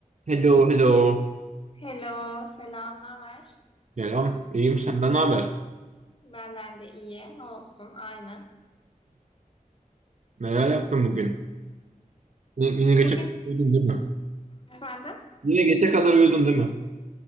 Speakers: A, on the right; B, on the left.
A: Hello, hello.
B: Hello, selam, ne haber?
A: Selam. İyiyim senden ne haber?
B: Benden de iyi, ne olsun, aynı.
A: Neler yaptın bugün? Yine, yine gece
B: Bugün
A: kadar uyudun değil mi?
B: efendim,
A: Yine gece kadar uyudun değil mi?